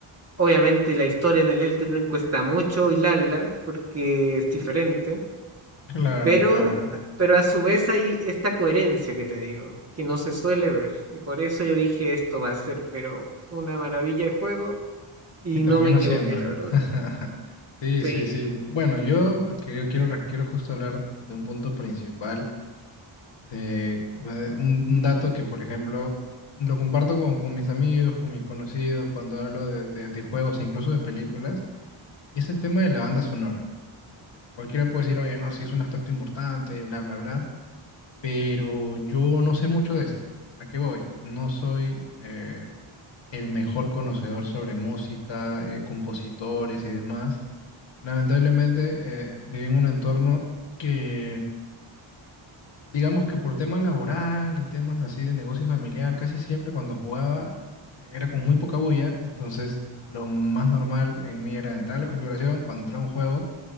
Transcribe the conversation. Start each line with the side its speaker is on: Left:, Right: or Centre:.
Right: Obviamente la historia en el Elden Ring cuesta mucho hilarla porque es diferente,
Left: claro,
Right: pero,
Left: claro.
Right: pero a su vez hay esta coherencia que te digo, que no se suele ver. Y por eso yo dije, esto va a ser, pero una maravilla de juego y
Left: Y termino
Right: no me equivoqué,
Left: haciéndolo.
Right: la verdad.
Left: <laughs> Sí,
Right: Sí,
Left: sí, sí. Bueno, yo quiero, quiero, quiero justo hablar de un punto principal de, de un, un dato que, por ejemplo, lo comparto con, con mis amigos, con mis conocidos, cuando hablo de, de- de juegos e incluso de películas, y es el tema de la banda sonora. Eh, cualquiera puede decir, oye, no, sí es un aspecto importante, y bla, bla, bla, pero yo no sé mucho de esto. ¿A qué voy? No soy eh, el mejor conocedor sobre música, eh, compositores y demás. Lamentablemente, eh, viví en un entorno que Digamos que por tema laboral y temas así de negocio familiar, casi siempre cuando jugaba eh, era con muy poca bulla, entonces lo más normal en mí era entrar a la configuración, cuando entraba a un juego,